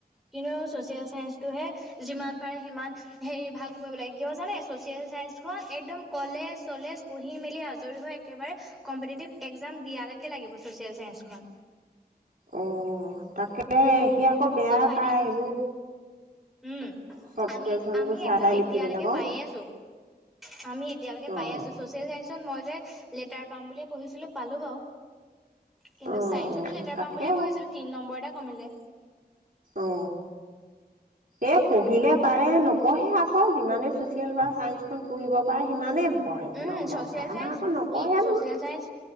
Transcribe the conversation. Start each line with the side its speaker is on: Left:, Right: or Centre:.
Centre: কিন্তু ছচিয়েল চাইন্সটোহে যিমান পাৰে সিমান হে ভালকে পঢ়িব লাগে কিয় জানে চচিয়েল চসখন একদম কলেজ চলেজ পঢ়ি মেলি আজৰি হৈ একেবাৰে কম্পিটটিভ এক্জাম দিয়ালৈকে লাগিব চাইন্সখন।
Right: অ তাকে। সি আকৌ বেয়া
Centre: গম পায়নে?
Right: পায় এইবোৰ।
Centre: উম
Right: চৰ্ট
Centre: আমি
Right: কুৱেশচন
Centre: আমি
Right: বোৰ চাই
Centre: একদম
Right: চাই
Centre: এতিয়ালৈকে
Right: লিখিবলৈ কওঁ
Centre: পাইে আছো আমি এতিয়ালৈকে
Right: অ',
Centre: পাই আছো ছচিয়েল চাইন্সত মই যে। লেটাৰ পাম বুলিয়ে পঢ়িছিলো পালো বাৰু। কিন্তু
Right: অ',
Centre: চায়ন্সতো
Right: অ',
Centre: লেটাৰ
Right: তাকে
Centre: পাম বুলিয়েঢিছিলো তিনি নম্বৰ এটা। কমিলে।
Right: অ এ পঢ়িলে। পাৰে নপঢ়ে আকৌ যিমানে চচিয়েল বা চায়ন্সখন পঢ়িব। পাৰে সিমানেই পঢ়ে
Centre: উম
Right: নম্বৰ
Centre: চচিয়েল
Right: পায় আমাৰ
Centre: চাইস
Right: আকৌ নপঢ়ে
Centre: কি social
Right: নহয়
Centre: চাইন্স